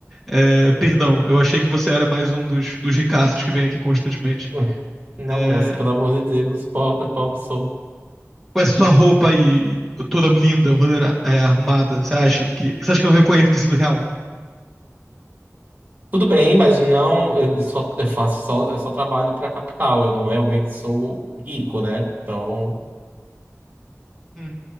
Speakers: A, in the centre; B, on the right.
A: é, perdão, eu achei que você era mais um dos, dos ricaços que vem aqui constantemente.
B: <laughs> Não,
A: É,
B: moça, pelo amor de Deus, pobre, pobre sou.
A: com essa sua roupa aí, toda linda, ordena- é, arrumada, você acha que. Você acha que eu não reconheço o tecido real?
B: Tudo bem, mas não, eu só eu faço só, eu só trabalho para capital, eu não realmente sou rico, né? Então,
A: Hum,